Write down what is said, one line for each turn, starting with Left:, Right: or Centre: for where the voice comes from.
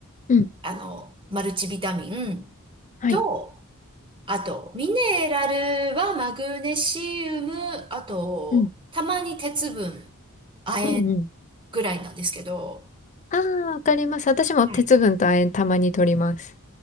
Left: うん。
Right: あの、マルチビタミン
Left: はい。
Right: と、あと、ミネラルはマグネシウム、あと、
Left: うん。
Right: たまに鉄分、亜鉛
Left: うんうん。
Right: ぐらいなんですけど、
Left: ああ、わかります。私も鉄分と亜鉛たまに取ります。
Right: はい。